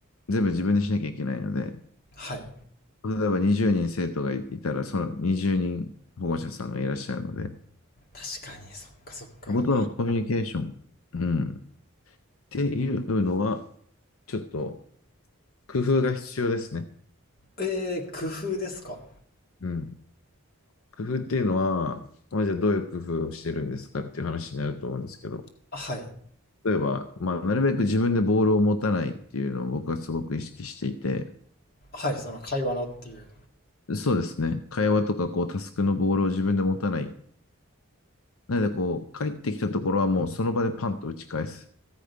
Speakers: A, on the left; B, on the left.
A: 全部自分でしなきゃいけないので、
B: はい
A: 例えば20人生徒がいたら、その20人保護者さんがいらっしゃるので、
B: 確かにそっかそっか
A: そことのコミュニケーション、うん、っていうのは、ちょっと工夫が必要ですね。
B: えー、工夫ですか
A: うん。工夫っていうのは、まあ、じゃあどういう工夫をしてるんですかっていう話になると思うんですけど、
B: はい
A: 例えば、まあ、なるべく自分でボールを持たないっていうのを僕はすごく意識していて、
B: はいその会話のっていう
A: そうですね。会話とか、こう、タスクのボールを自分で持たない。なので、こう、帰ってきたところはもうその場でパンと打ち返す。